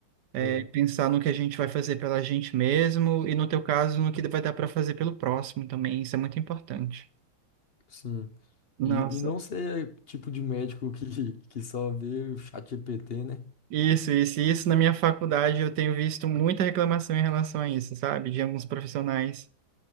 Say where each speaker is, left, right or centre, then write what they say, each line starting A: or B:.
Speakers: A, on the right; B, on the left.
A: É
B: é,
A: pensar no que a gente vai fazer pela gente mesmo e, no teu caso, no que vai dar para fazer pelo próximo também. Isso é muito importante.
B: sim.
A: Nossa,
B: E, e não ser tipo de médico <laughs> que, que só vê o chat GPT, né?
A: isso, isso, isso. Na minha faculdade eu tenho visto muita reclamação em relação a isso, sabe? De alguns profissionais.